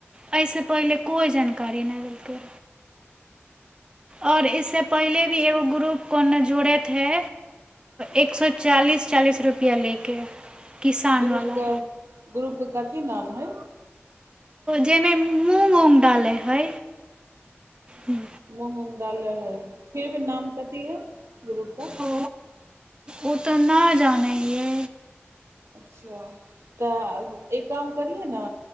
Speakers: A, on the right; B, on the right.
A: एहिऐसे पहिले कोइ जानकारी नहि देलकै और इसस पहिले भी एगो ग्रुप को ने जोड़े हे एक सए चालीस चालीस रुपआ लेके किसानवला
B: ग्रुपके ग्रुपके कथी नाम हइ
A: जाहिमे मूंग उऊग डालै है ह्म
B: मूँग उंग डालै हइ फे नाम कथी है गुरु का
A: ओ ओ तऽ नहि जानै यै
B: सआ तऽ एक काम करियै ने